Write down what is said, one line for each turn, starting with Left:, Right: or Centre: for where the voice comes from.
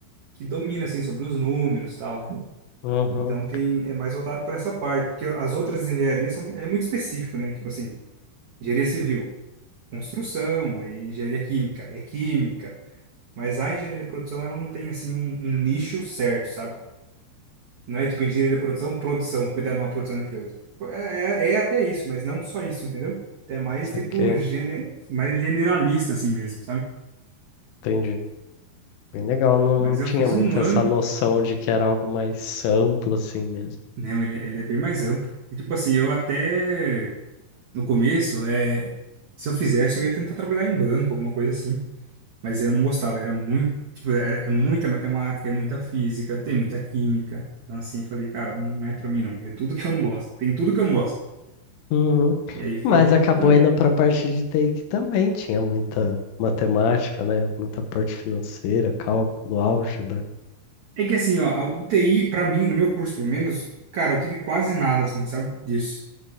Right: que domina, assim, sobre os números e tal, né?
Left: Uhum,
Right: Então, tem, é mais voltado para essa parte, porque as outras engenharias são, é muito específico, né? Tipo assim, engenharia civil, construção, aí engenharia química, é química, Mas a engenharia de produção, ela não tem, assim, um, um nicho certo, sabe? Não é tipo engenharia de produção, produção, cuidar de uma produção de empresa. É, é, é até isso, mas não só isso, entendeu? É mais,
Left: saquei,
Right: tipo, gene, mais generalista, assim mesmo, sabe?
Left: entendi. Bem legal, não
Right: Mas eu
Left: tinha
Right: fiz
Left: muito
Right: um ano,
Left: essa noção de que era algo mais amplo assim mesmo.
Right: né? Ele, ele é bem mais amplo. E, tipo assim, eu até, no começo, é, se eu fizesse, eu ia tentar trabalhar em banco, alguma coisa assim. Mas eu não gostava, era muito, tipo, era, é muita matemática, é muita física, tem muita química. Então, assim, eu falei, cara, não não é pra mim, não. É tudo que eu não gosto. Tem tudo que eu não gosto.
Left: Uhum.
Right: E aí foi
Left: Mas
Right: onde
Left: acabou
Right: eu parei.
Left: indo para a parte de TI que também tinha muita matemática, né? Muita parte financeira, cálculo, álgebra.
Right: É que, assim, ó, a UTI, pra mim, no meu curso, pelo menos, cara, eu tive quase nada, assim, sabe, disso.